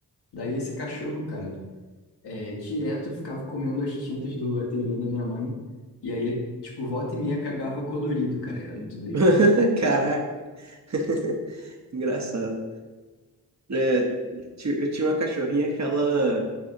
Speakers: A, on the left; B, on the right.
A: Daí esse cachorro, cara, é, direto ficava comendo as tintas do ateliê da minha mãe. E aí ele, tipo, volta e meia cagava colorido, cara. Era muito doido.
B: <laughs> Caraca. <laughs> Engraçado. É, ti- eu tinha uma cachorrinha que ela,